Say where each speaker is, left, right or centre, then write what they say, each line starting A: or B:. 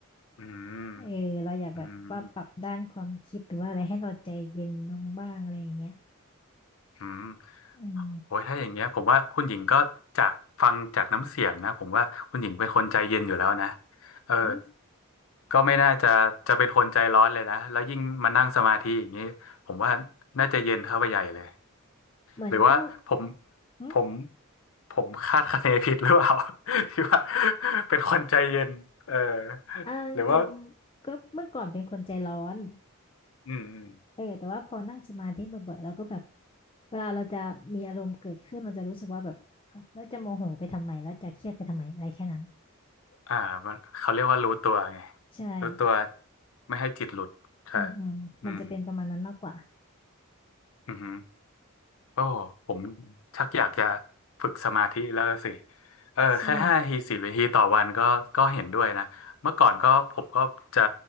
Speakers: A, on the left; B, on the left.
A: อืม
B: เออเราอยากแบบว่าปรับด้านความคิดหรือว่าอะไรให้เราใจเย็นลงบ้างอะไรอย่างเงี้ย
A: อืมอืม
B: อืม
A: โอ้ยถ้าอย่างเงี้ยผมว่าคุณหญิงก็จากฟังจากน้ำเสียงนะผมว่าคุณหญิงเป็นคนใจเย็นอยู่แล้วนะเออ
B: อืม
A: ก็ไม่น่าจะจะเป็นคนใจร้อนเลยนะแล้วยิ่งมานั่งสมาธิอย่างนี้ผมว่าน่าจะเย็นเข้าไปใหญ่เลย
B: เหมือนก็
A: หรือว่าผม
B: อืม
A: ผมผมคาดคะเนผิดหรือเปล่า <laughs> ที่ว่าเป็นคนใจเย็นเออ
B: อ่าจริงๆก็เมื่อก่อนเป็นคนใจร้อน
A: หรือว่าอืมอืม
B: เออแต่ว่าพอนั่งสมาธิบ่อยๆเราก็แบบเวลาเราจะมีอารมณ์เกิดขึ้นเราจะรู้สึกว่าแบบเอ้าแล้วจะโมโหไปทำไมแล้วจะเครียดไปทำไมอะไรแค่นั้น
A: อ่ามันเขาเรียกว่ารู้ตัวไง
B: ใช่
A: รู้ตัวไม่ให้จิตหลุดใช่
B: อืมอืมมันจะเป็นประมาณนั้นมากกว่า
A: อืมอือฮึ ก็ผมชักอยากจะฝึกสมาธิแล้วสิเออแค่ห้าทีสิบนาทีต่อวันก็ก็เห็นด้วยนะเมื่อก่อนก็ผมก็จะ
B: ใช่